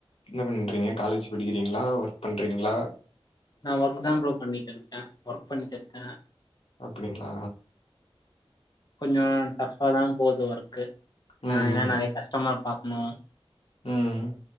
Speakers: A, on the left (about 75°); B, on the left (about 45°).
A: என்ன பண்ணீட்டுறுகீங்க காலேஜ் படிக்கிறீங்ளா ஒர்க் பண்றீங்ளா
B: நா ஒர்க் தா ப்ரோ பண்ணிட்ருக்கே ஒர்க் பண்ணிட்டு இருக்கே
A: அப்டிங்ளா
B: கொஞ்சொ டஃபா தா போது ஒர்க்கு
A: ம்
B: ஆ ஏனா
A: ம்
B: நெறய கஷ்டமர் பாக்ணூ
A: ம்